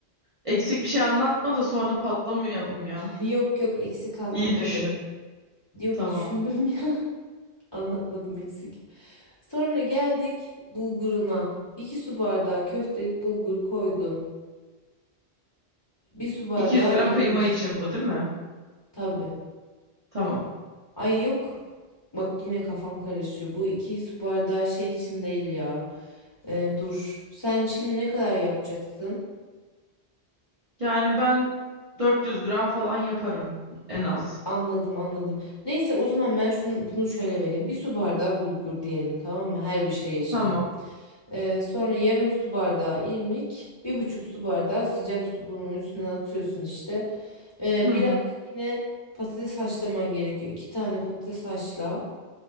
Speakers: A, on the right; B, on the left.
A: Eksik bir şey anlatma da sonra patlamayalım ya.
B: Yok yok eksik anlatmadım.
A: İyi düşün.
B: Yok
A: Tamam.
B: düşündüm <laughs> ya anlatmadım eksik. Sonra geldik bulguruna. iki su bardağı köftelik bulguru koydun. bir su bardağı
A: 200 gram
B: irmik.
A: kıyma için bu değil mi?
B: Tabii.
A: Tamam.
B: Ay yok. Bak yine kafam karışıyor. Bu 2 su bardağı şey için değil ya. Ee, dur. Sen şimdi ne kadar yapacaksın?
A: Yani ben 400 gram falan yaparım en az.
B: Anladım anladım. Neyse o zaman ben şunu bunu şöyle vereyim. bir su bardağı bulgur diyelim tamam mı? Her bir şey için.
A: Tamam.
B: Ee, sonra yarım su bardağı irmik, bir buçuk su bardağı sıcak su bunun üstüne atıyorsun işte. Ee,
A: Hı
B: birazcık
A: hı.
B: yine patates haşlaman gerekiyor. İki tane patates haşla.